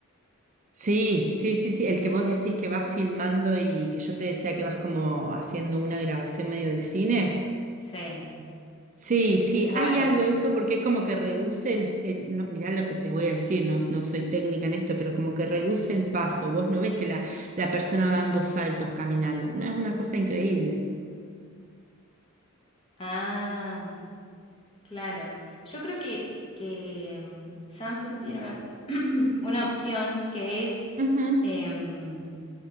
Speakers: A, on the right; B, on the left.
A: Sí, sí, sí, sí, el que vos decís que vas filmando y que yo te decía que vas como haciendo una grabación medio de cine.
B: Sí.
A: Sí, sí,
B: Bueno.
A: hay algo de eso porque es como que reduce el, el- no, mirá lo que te voy a decir, no, no soy técnica en esto, pero como que reduce el paso. Vos no ves que la, la persona va dando saltos caminando, no es una cosa increíble.
B: Ah, claro. Yo creo que, que em, Samsung tiene <clears throat> una opción que es
A: Ujú.
B: em,